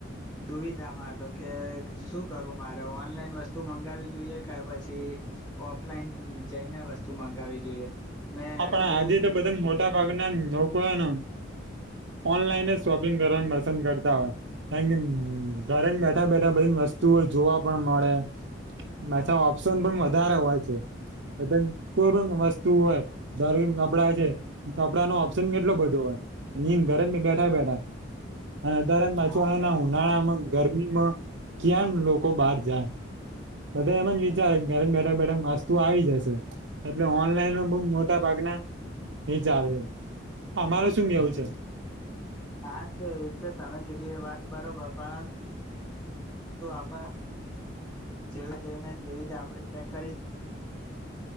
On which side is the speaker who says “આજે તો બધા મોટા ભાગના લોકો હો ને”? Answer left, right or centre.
Right